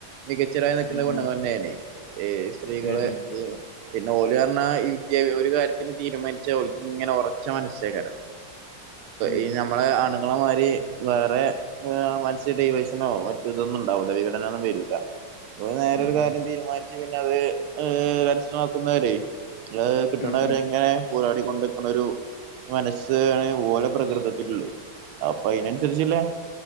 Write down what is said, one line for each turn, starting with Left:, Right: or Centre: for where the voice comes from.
Right: മികച്ചതായി നിക്ക്ന്നെ
Left: ഉം
Right: പെണ്ണ്ങ്ങന്നേന്നി
Left: ഉം
Right: ഏഹ് സ് സ്ത്രീകളെ
Left: ഉം ഉം ഉം
Right: <unintelligible> പിന്നെ ഓല് പർഞ്ഞാ ഈ <unintelligible> ഒരു കാര്യത്തിന് തീരുമാനിച്ച ഓലക്ക് ഇങ്ങനെ ഒറച്ച മനസ്സേക്കാരം
Left: ഉം
Right: ഈ നമ്മളെ ആണുങ്ങളെ മാരി വേറെ ആ മനസ്സ്യന് ഡീവിയേഷനോ മറ്റു ഇതൊന്നും ഇണ്ടാവുല്ല വിഘടന ഒന്നും വരൂല്ല അ നേരെരു
Left: ഉം
Right: കാര്യം
Left: ഉം
Right: തീരുമാനിച്ച് പിന്നെ അത് ഏ കരസ്ഥമാക്കുന്നവരെ ല് കിട്ടണവരെങ്ങനെ
Left: ഉം ഉം
Right: പോരാടി കൊണ്ടക്കണരു മനസ്സാണ് ഓലെ പ്രകൃതത്തിലള് അപ്പൊ അയിനനുസരിച്ചില്ലേ